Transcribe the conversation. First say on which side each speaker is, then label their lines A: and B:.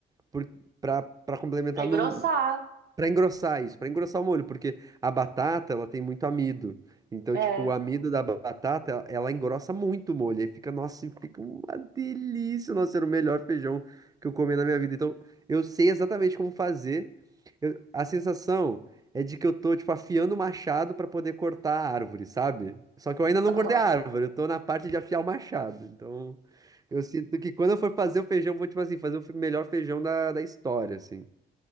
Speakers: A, on the right; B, on the right.
A: por, pra, pra complementar
B: Pra engrossar,
A: num- Pra engrossar isso, pra engrossar o molho, porque a batata, ela tem muito amido. Então,
B: é.
A: tipo, o amido da batata, ela ela engrossa muito o molho. Aí fica, nossa, e fica uma delícia. Nossa, era o melhor feijão que eu comi na minha vida. Então, eu sei exatamente como fazer. Eu- a sensação é de que eu tô, tipo, afiando o machado pra poder cortar a árvore, sabe? Só que eu ainda não
B: Aham.
A: cortei a árvore, eu tô na parte de afiar o machado. Então, eu sinto que quando eu for fazer o feijão, eu vou, tipo assim, fazer o fe- melhor feijão da, da história, assim.